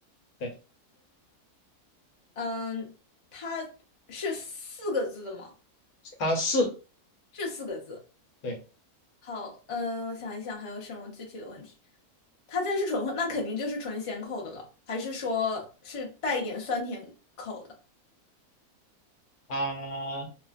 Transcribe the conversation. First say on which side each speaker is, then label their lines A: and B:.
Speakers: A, on the left; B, on the left.
A: 对，
B: 嗯，它是四个字的吗？
A: 它是，
B: 是四个字。
A: 对
B: 好，嗯，我想一想还有什么具体的问题。它既然是纯荤，那肯定就是纯咸口的了，还是说是带一点酸甜口的？
A: 啊、